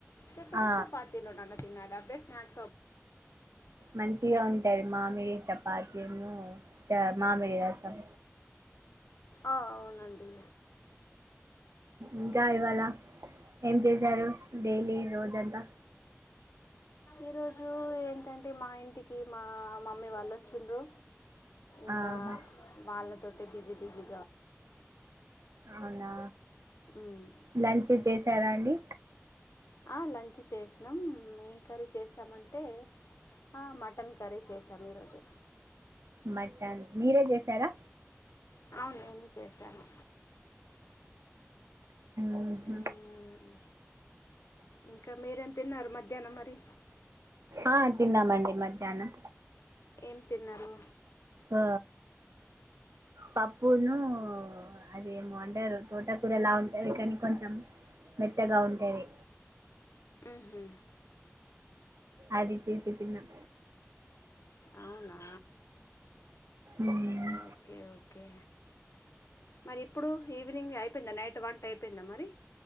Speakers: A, on the left; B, on the right.
A: లేకుంటే,
B: ఆ,
A: చపాతిలోనన్న తినాలి. అవే స్నాక్
B: మంచిగ ఉంటది. మామిడి చపాతీను ద మామిడి రసం.
A: ఆ అవునండి.
B: ఇంక ఇవాళ ఏం చేసారు డైలీ రోజంతా.
A: ఈరోజు ఏంటంటే మా ఇంటికి మా మమ్మీ వాళ్ళు. వచ్చిండ్రు ఇంకా
B: ఆహా.
A: వాళ్ళతోటె బిజీ బిజీ.
B: అవునా
A: మ్.
B: లంచ్ ఇట్లా చేసారా అండి.
A: ఆ లంచ్ చేసినం ఏం కర్రీ చేశామంటే. ఆ మటన్ కర్రీ చేసాము ఈరోజు
B: మధ్యాహ్నం మీరే చేశారా
A: అవును నేను చేశాను.
B: ఉమ్ హ్మ్.
A: మ్, ఇంకా మీరేం తిన్నారు మధ్యాహ్నం మరి.
B: ఆ తిన్నామండి మధ్యాహ్నం.
A: ఏం తిన్నారు.
B: ఆ పప్పును. అదేమో అంటారు తోటా కూరలా ఉంటంది కానీ కొంచెం. మెత్తగా ఉంటది.
A: మ్హూ.
B: అదితిసి తిన్నం.
A: అవునా
B: మ్మ్.
A: Okay okay. మరి ఇప్పుడు ఈవినింగ్ అయిపోయిందా నైట్ వంట అయిపోయిందా మరి.